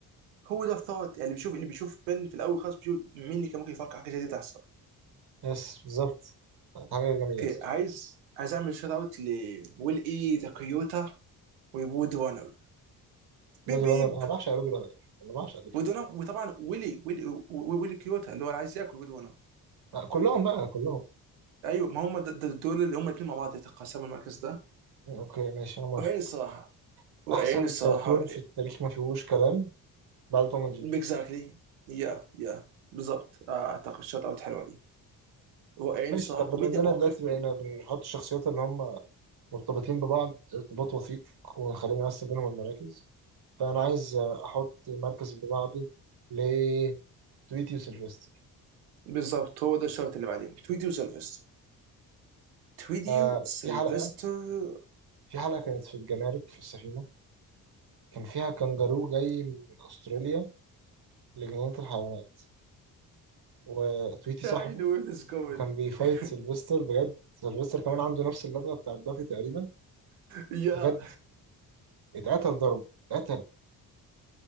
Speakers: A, on the right (about 85°); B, on the right (about 55°).
A: هو ده الثوت يعني بيشوف اللي بيشوف بن في الاول خالص بيشوف مين اللي كان ممكن يفكر حاجه زي دي تحصل
B: يس بالظبط كانت حاجة جميلة
A: اوكي
B: الصراحة
A: عايز عايز اعمل شوت اوت لويل اي تاكيوتا وبود وانر
B: رود
A: بيب بيب
B: رانر أنا بعشق رود رانر أنا بعشق رود
A: وود
B: رانر
A: وانر وطبعا ويلي ويلي و- ويلي كيوتا اللي هو اللي عايز ياكل وود وانر
B: آه، كلهم بقى كلهم
A: ايوه ما هم د- د- دول اللي هم الاثنين مع بعض يتقاسموا المركز ده
B: اوكي ماشي انا موافق
A: وعين الصراحه وعين
B: احسن
A: الصراحه
B: كرتون في التاريخ ما فيهوش كلام بعد توم اند جيري
A: اكزاكتلي يا يا بالظبط آه، اعتقد شوت اوت حلوه دي رائعين
B: ماشي
A: الصراحه
B: طب بما
A: كوميديا
B: اننا
A: مواقف
B: دلوقتي بقينا
A: من
B: بنحط الشخصيات اللي هم مرتبطين ببعض ارتباط وثيق ونخلينا نقسم بينهم المراكز فانا عايز احط المركز اللي بعده لتويتي وسيلفستر
A: بالظبط هو ده الشوط اللي بعديهم تويدي وسلفستر تويدي
B: آه
A: وسلفستر
B: في حلقة في حلقة كانت في الجمارك في السفينة كان فيها كانجارو جاي من استراليا لجنينة الحيوانات وتويتي
A: I
B: صاحبه
A: know where this is going
B: وكان بيفايت
A: <laughs>
B: سيلفستر بجد سيلفستر كمان عنده نفس اللدغة بتاعت دافي تقريبا
A: يا
B: بجد اتقتل ضرب اتقتل